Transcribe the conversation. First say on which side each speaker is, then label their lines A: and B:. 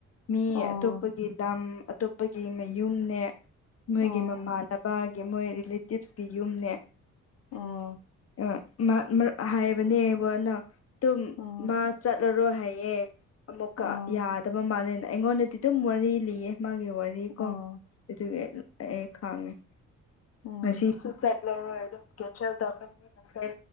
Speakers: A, on the left; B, on the left.
A: ꯃꯤ
B: ꯑꯣ
A: ꯑꯇꯣꯞꯄꯒꯤ ꯂꯝ ꯑꯇꯣꯞꯄꯒꯤ ꯃꯌꯨꯝꯅꯦ ꯃꯣꯏꯒꯤ
B: ꯑꯣ
A: ꯃꯃꯥꯟ ꯄꯥꯒꯤ ꯃꯣꯏ ꯔꯤꯂꯦꯇꯤꯞꯁꯀꯤ ꯌꯨꯝꯅꯦ꯫
B: ꯑꯣ꯫
A: ꯑ ꯃꯥ ꯃꯔꯛ ꯍꯥꯏꯕꯅꯦ ꯕ ꯅ‌ꯪ ꯇꯨꯝ
B: ꯑꯣ
A: ꯃꯥ ꯆꯠꯂ ꯔꯣꯏ ꯍꯥꯏꯌꯦ ꯑꯃꯨꯛꯀ
B: ꯑꯣ
A: ꯌꯥꯗꯕ ꯃꯥꯜꯂꯦꯅ ꯑꯩꯉꯣꯟꯗꯗꯤ ꯑꯗꯨꯝ ꯋꯥꯔꯤ ꯂꯤꯌꯦ ꯃꯥꯒꯤ ꯋꯥꯔꯤ꯫ ꯔꯤꯀꯣ
B: ꯑꯣ
A: ꯑꯥꯗꯨꯒꯤ ꯑꯩ ꯈꯪꯉꯦ
B: ꯎꯝ
A: ꯉꯥꯁꯤꯁꯨ ꯆꯠ ꯂꯧꯔꯣꯏ ꯑꯗꯨꯝ ꯀꯦꯟꯁꯦꯜ ꯇꯧꯀ꯭ꯔꯅꯤ ꯉꯁꯥꯏ